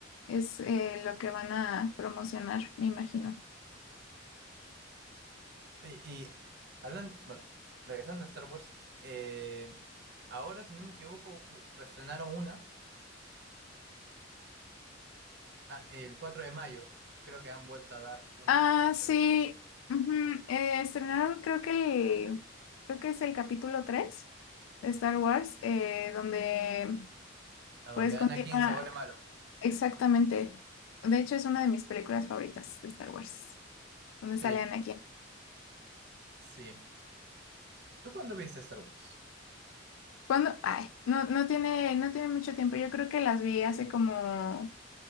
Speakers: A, on the left; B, on the right.
A: es eh, lo que van a promocionar, me imagino.
B: Oye, Y, hablan, bueno, regresando a Star Wars, eh, ahora, si no me equivoco, u- reestrenaron una ah, el 4 de mayo. Creo que han vuelto a dar una
A: Ah,
B: de las
A: sí.
B: películas,
A: ujú, eh, estrenaron, creo que, el- creo que es el capítulo 3 de Star Wars, eh, donde
B: a donde
A: pues continúa
B: Anakin se vuelve malo.
A: exactamente. De hecho, es una de mis películas favoritas de Star Wars, donde
B: Sí,
A: sale Anakin.
B: Sí. ¿Tú cuándo viste Star Wars?
A: ¿Cuándo? Ay, no, no tiene, no tiene mucho tiempo. Yo creo que las vi hace como